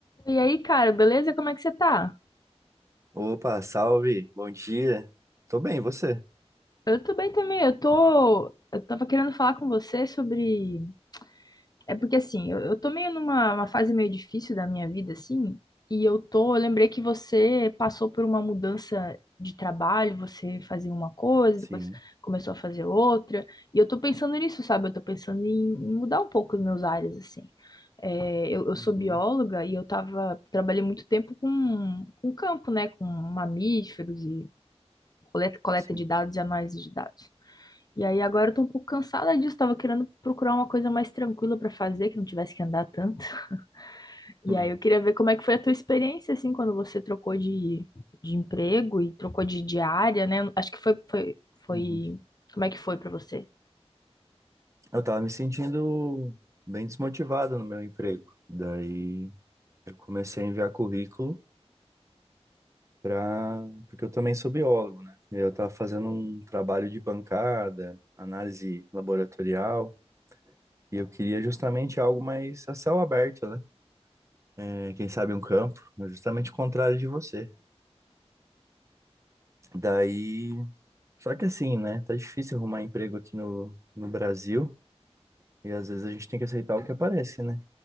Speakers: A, on the left; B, on the right.
A: E aí, cara, beleza? Como é que você tá?
B: Opa, salve, bom dia. Tô bem, e você?
A: Eu tô bem também. Eu tô. Eu tava querendo falar com você sobre. É porque assim, eu, eu tô meio numa uma fase meio difícil da minha vida, assim. E eu tô. Eu lembrei que você passou por uma mudança de trabalho, você fazia uma coisa,
B: Sim.
A: depois começou a fazer outra. E eu tô pensando nisso, sabe? Eu tô pensando em, em mudar um pouco os meus áreas, assim. É, eu, eu sou
B: Uhum,
A: bióloga e eu tava, trabalhei muito tempo com, com campo, né? Com mamíferos e coleta, coleta
B: sim.
A: de dados e análise de dados. E aí agora eu tô um pouco cansada disso, tava querendo procurar uma coisa mais tranquila pra fazer, que não tivesse que andar tanto. <laughs> E
B: Hum,
A: aí eu queria ver como é que foi a tua experiência, assim, quando você trocou de, de emprego e trocou de, de área, né? Acho que foi, foi, foi...
B: uhum.
A: Como é que foi pra você?
B: Eu tava me sentindo bem desmotivado no meu emprego. Daí eu comecei a enviar currículo pra... porque eu também sou biólogo, né? E eu tava fazendo um trabalho de bancada, análise laboratorial, e eu queria justamente algo mais a céu aberto, né? É, quem sabe um campo, mas justamente o contrário de você. Daí Só que assim, né? Tá difícil arrumar emprego aqui no, no Brasil e às vezes a gente tem que aceitar o que aparece, né?